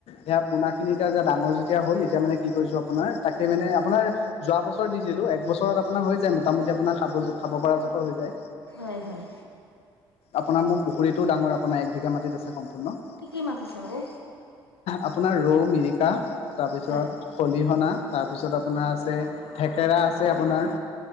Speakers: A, on the left; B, on the left.
A: সেইয়া পোনা খিনি এতিয়া যে ডাঙৰ যেতিয়া হ'ল এতিয়া মানে কি কৰিছোঁ আপোনাৰ তাকে মানে আপোনাৰ যোৱা বছৰ দিছিলো, এক বছৰত আপোনাৰ হৈ যায় মোটামুটি আপোনাৰ খাব খাব পৰা জোখৰ হৈ যায়।
B: হয় হয়।
A: আপোনাৰ মোৰ পুখুৰীটো ডাঙৰ আপোনাৰ এক বিঘা মাটিত আছে সম্পূৰ্ণ।
B: কি কি মাছ আছে বাৰু?
A: আপোনাৰ ৰৌ, মিৰিকা তাৰপিছত
B: হয়
A: হলিহনা, তাৰপিছত আপোনাৰ আছে থেকেৰা আছে আপোনাৰ,